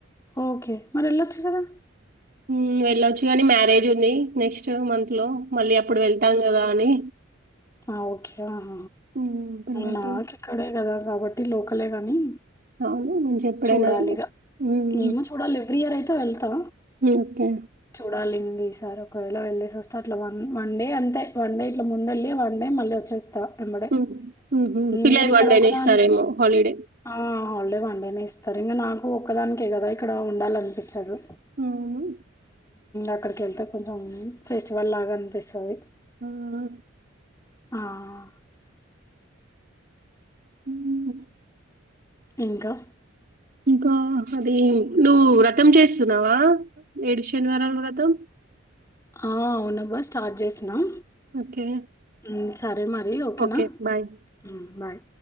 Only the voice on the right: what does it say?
హ్మ్ వెళ్ళచ్చు కానీ మ్యారేజ్ ఉంది నెక్స్ట్ మంత్ లో మళ్ళీ అప్పుడు వెళ్తాం కదా అని
హ్మ్. పిల్లలతోని
అవును. మంచిగా ఎప్పుడైనా
వెళ్ళొచ్చు. హ్మ్.
హ్మ్. ఓకే.
హ్మ్. హుహు.
పిల్లలకి
వన్ డేనే
ఇస్తారేమో హాలిడే.
అవును.
ఊ ఊ
హ్మ్.
ఇంకా అది నువ్వు వ్రతం చేస్తున్నావా ఏడు శనివారాలు వ్రతం
ఓకే.
ఓకే.
బాయ్.